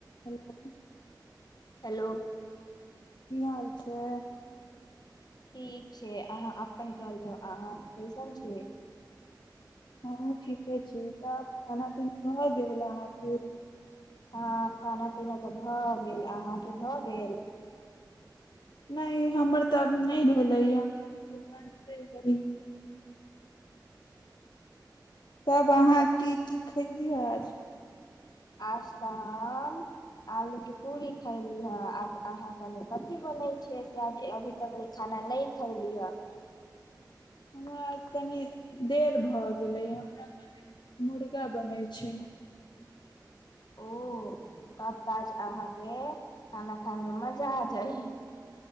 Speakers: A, on the left; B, on the left.
A: hello
B: hello
A: की हाल छै
B: ठीक छै अहाँ अपन कह जाउ अहाँ कैसन छै
A: ह ठीके छी तब खाना पीना भऽ गेल अहाँके
B: हँ खाना पीना तऽ भऽ गेल अहाँके भऽ गेल
A: नहि हमर तऽ अभी नहि भेलै हमर बनिते ह तब अहाँ की की खयली आज
B: आज तऽ हम आलूके पूरी खयलीहे आज अहाँ कनि कथी बनै छैै से आज अभी तक ल खाना नहि खयलीहै
A: हमरा कनि देर भऽ गेलै हमरा कनि मुर्गा बनैत छै
B: ओ तब ताज अहाँके खाना खाायमे मजा आ जाइ